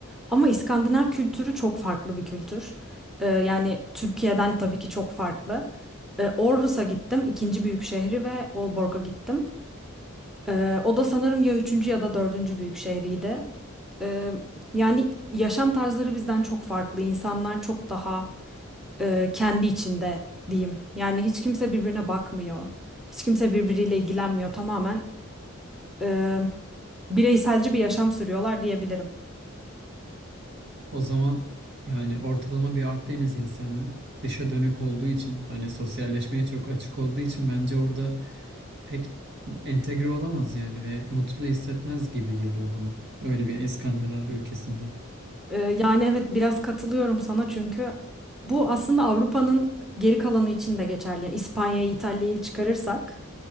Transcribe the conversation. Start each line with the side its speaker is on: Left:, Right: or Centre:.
Centre: Ama İskandinav kültürü çok farklı bir kültür. Ee, yani Türkiye'den tabii ki çok farklı. Ee, Aarhus'a gittim, ikinci büyük şehri ve Aalborg'a gittim. Ee, o da sanırım ya üçüncü ya da dördüncü büyük şehriydi. Ee, yani yaşam tarzları bizden çok farklı. İnsanlar çok daha e, kendi içinde diyeyim. Yani hiç kimse birbirine bakmıyor. Hiç kimse birbiriyle ilgilenmiyor. Tamamen e, bireyselci bir yaşam sürüyorlar diyebilirim.
Right: O zaman yani ortalama bir Akdeniz insanı dışa dönük olduğu için hani sosyalleşmeye çok açık olduğu için bence orada pek entegre olamaz yani ve mutlu hissetmez gibi geliyor bana. Öyle bir İskandinav ülkesinde.
Centre: E, yani evet biraz katılıyorum sana çünkü bu aslında Avrupa'nın geri kalanı için de geçerli. Yani İspanya'yı, İtalya'yı çıkarırsak